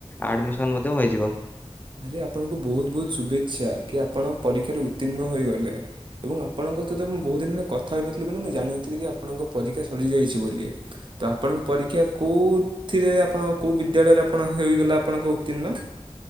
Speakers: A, on the left (about 15°); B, on the right (about 50°).
A: ଆଡମିସନ ମଧ୍ୟ ହୋଇଯିବ।
B: ଆରେ ଆପଣଙ୍କୁ ବୋହୁତ ବୋହୁତ ଶୁଭେଚ୍ଛା କି ଆପଣ ପରୀକ୍ଷାରେ ଉତ୍ତୀର୍ଣ୍ଣ ହୋଇଗଲେ ଏବଂ ଆପଣଙ୍କ ସହିତ ମୁଁ ବୋହୁତ ଦିନରେ କଥା ହୋଇନଥିଲି ବୋଲି ମୁଁ ଜାଣିନଥିଲି କି ଆପଣଙ୍କ ପରୀକ୍ଷା ସରିଯାଇଛି ବୋଲି। ତ ଆପଣଙ୍କ ପରୀକ୍ଷା କେଉଁଥିରେ ଆପଣ କୌଉ ବିଦ୍ୟାଳୟରେ ଆପଣ ହୋଇଗଲା ଆପଣଙ୍କ ଉତ୍ତୀର୍ଣ୍ଣ?